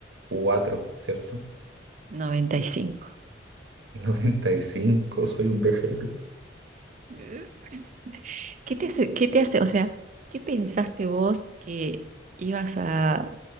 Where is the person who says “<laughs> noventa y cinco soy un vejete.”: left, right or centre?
Right